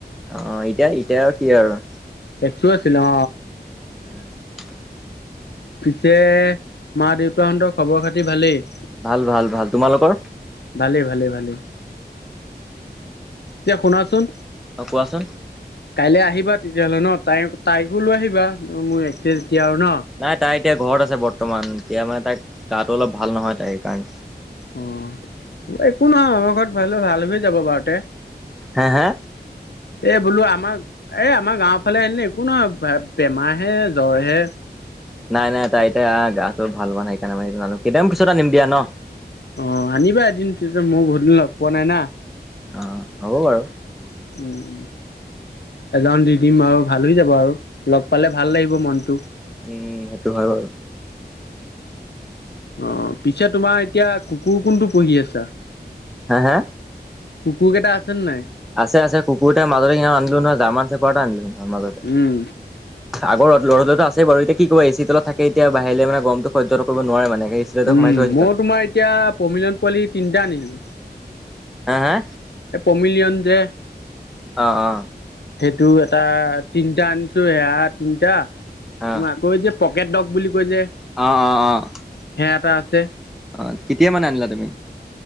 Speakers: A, in the centre; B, on the left.
A: অ' এতিয়া এতিয়া আৰু কি আৰু
B: এক্সো আছিল অ।
A: <unintelligible>
B: পিছে মা -দেউতাহঁতৰ খবৰ খাতি ভালেই?
A: ভাল ভাল ভাল। তোমালোকৰ?
B: ভালে, ভালে, ভালে, এতিয়া শুনাচোন?
A: অ কোৱাচোন?
B: কাইলৈ আহিবা তেতিয়াহ'লে ন তাই তাইকো লৈ আহিবা মোৰ এক্স এ যেতিয়া আৰু ন?
A: নাই তাই এতিয়া ঘৰত আছে বৰ্তমান, এতিয়া মানে তাই গাটো অলপ ভাল নহয় তাই সেইকাৰণে।
B: অ, একো নহয় আমাৰ ঘৰত ভাবিলে ভাল হ যাব বাৰুতে।
A: হে হে
B: এই বোলো আমাৰ এই আমাৰ গাঁওৰ ফালে আনিলে একো নহয় বেমাৰে, জ্বৰ হে।
A: নাই নাই তাই এতিয়া গাটো ভাল হোৱা নাই সেইকাৰণে জানো কেতিমান পিছত আনিম দিয়া ন?
B: অ আনিবা এদিন তেতিয়া মই বহুত দিন লগ পোৱা নাই না?
A: অ হ'ব বাৰু।
B: <unintelligible> এজন দি দিম আৰু ভাল হৈ যাব আৰু লগ পালে ভাল লাগিব মনটো।
A: উম সেইটো হয় বাৰু।
B: অ পিছে তোমাৰ এতিয়া কুকুৰ কোনটো পুহি আছা?
A: হে হে?
B: কুকুৰ কেইটা আছেনে নে নাই?
A: আছে আছে। কুকুৰতে মাজুলী নাম আনিলো নহয় জাৰমান চেপৰা এটা আনিলো মাজত।
B: উম।
A: আগৰ‌ ৰদ লৰদু তো আছে বাৰু এতিয়া কি কৰিব এ চি তলত থাকে এতিয়া বাহ আহিলে মানে গৰমটো সহ্য কৰিব নোৱাৰে মানে তলতে
B: উম,
A: সোমাই থৈ আহিছো
B: মই
A: তাক।
B: তোমাৰ এতিয়া প্ৰমিলন পোৱালি তিনিটা আনিলো।
A: হা হা!
B: এ‌ পমিলিয়ন যে?
A: অ অ।
B: সেইটো এটা তিনিটা আনিছো সেয়া তিনিটা
A: অ
B: তোমাৰ আকৌ যে পকেট ডগ বুলি কয় যে।
A: অ' অ' অ'।
B: হে এটা আছে।
A: অ কেতিয়া মানে আনিলা তুমি?